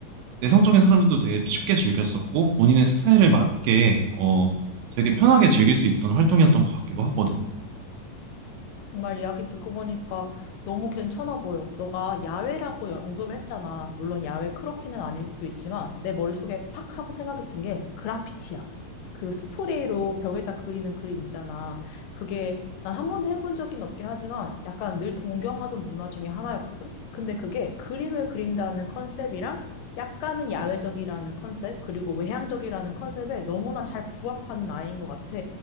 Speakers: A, on the right (about 90°); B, on the left (about 80°).
A: 내성적인 사람들도 되게 쉽게 즐겼었고 본인의 스타일에 맞게 어, 되게 편하게 즐길 수 있던 활동이었던 것 같기도 하거든.
B: 정말 이야기 듣고 보니까 너무 괜찮아 보여. 너가 야외라고 언급을 했잖아. 물론 야외 크로키는 아닐 수 있지만 내 머릿속에 팍 하고 생각이 든 게 그라피티야. 그 스프레이로 벽에다 그리는 그림 있잖아. 그게 난 한 번도 해본 적은 없긴 하지만 약간 늘 동경하던 문화 중에 하나였거든. 근데 그게 그림을 그린다는 컨셉이랑 약간은 야외적이라는 컨셉, 그리고 외향적이라는 컨셉에 너무나 잘 부합하는 아이인 것 같아.